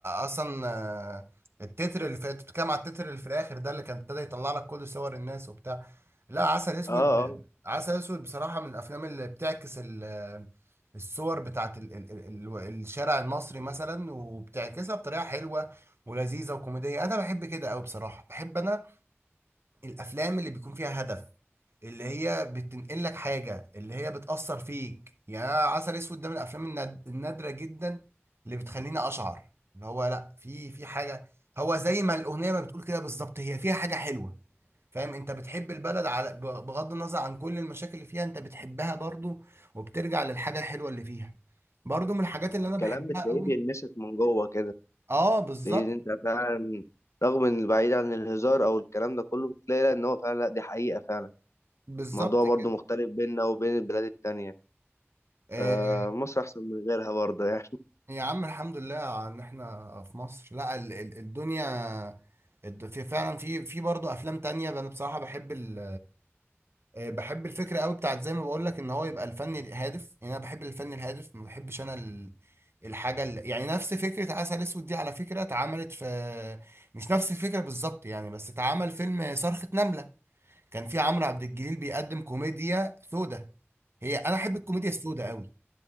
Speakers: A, on the right; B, on the left.
A: اصلا آه، التتر اللي في انت بتتكلم على التتر اللي في الاخر ده اللي كان ابتدى يطلع لك كل صور الناس وبتاع لا عسل اسود
B: اه اه
A: عسل اسود بصراحه من الافلام اللي بتعكس ال- الصور بتاعت ال ال ال ال الشارع المصري مثلا وبتعكسها بطريقه حلوه ولذيذه وكوميديه انا بحب كده قوي بصراحه بحب انا الافلام اللي بيكون فيها هدف اللي هي بتنقل لك حاجة اللي هي بتأثر فيك يعني أنا عسل اسود ده من الافلام الناد- النادرة جدا اللي بتخليني اشعر اللي هو لا في في حاجة هو زي ما الأغنية ما بتقول كده بالظبط هي فيها حاجة حلوة فاهم انت بتحب البلد على ب- بغض النظر عن كل المشاكل اللي فيها انت بتحبها برضو وبترجع للحاجة الحلوة اللي فيها برضو من الحاجات اللي
B: الكلام
A: انا بحبها
B: بتلاقيه
A: قوي
B: بيلمسك من جوه كده
A: اه بالظبط
B: تلاقيه إن انت فعلا رغم ان بعيد عن الهزار او الكلام ده كله بتلاقي لا ان هو فعلا لا دي حقيقة فعلا
A: بالظبط
B: الموضوع برضو
A: كده
B: مختلف بيننا وبين البلاد التانية
A: آه،
B: آه مصر احسن من غيرها برضه يعني
A: يا عم الحمد لله ان احنا في مصر لا ال ال الدنيا الد- في فعلا في في برضه افلام تانية انا بصراحة بحب ال آه، بحب الفكرة قوي بتاعت زي ما بقول لك ان هو يبقى الفن هادف يعني انا بحب الفن الهادف ما بحبش انا ال الحاجة اللي يعني نفس فكرة عسل اسود دي على فكرة اتعملت في مش نفس الفكرة بالظبط يعني بس اتعمل فيلم صرخة نملة كان في عمرو عبد الجليل بيقدم كوميديا سودة هي انا احب الكوميديا السوداء قوي